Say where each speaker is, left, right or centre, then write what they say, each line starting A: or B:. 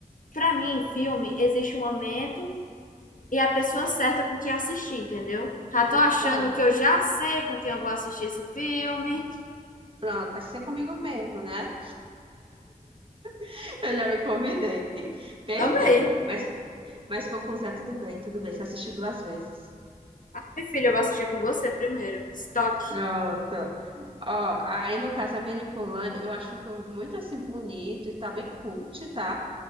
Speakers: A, on the left; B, on the right.
A: pra mim, filme, existe um momento e a pessoa certa com quem assistir, entendeu? Já tô
B: Então,
A: achando que eu já sei com quem eu vou assistir esse filme.
B: pronto, vai ser comigo mesmo, né? <laughs> Eu já me convidei. Perdeu.
A: Amei.
B: Mas, mas vou com o Zé, tudo bem, tudo bem. Você assistiu duas vezes.
A: Ah, minha filha, eu vou assistir com você primeiro. Stock.
B: Pronto. Ó, aí no caso a Manipulan, eu acho o filme muito assim bonito e tá bem cult, tá?